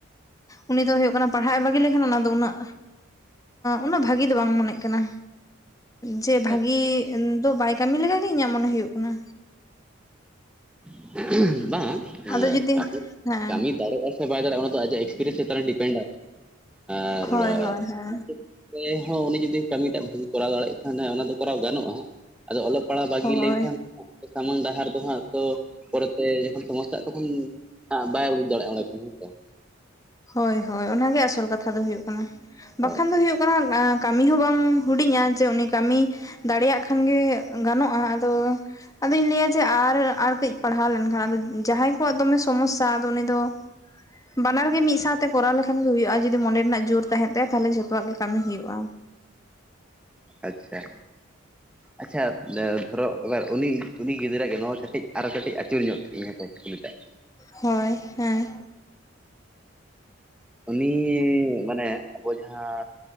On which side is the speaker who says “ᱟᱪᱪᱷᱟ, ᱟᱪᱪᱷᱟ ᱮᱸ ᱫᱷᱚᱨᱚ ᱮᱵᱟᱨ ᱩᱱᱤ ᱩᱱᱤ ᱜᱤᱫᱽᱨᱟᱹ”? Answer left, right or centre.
Centre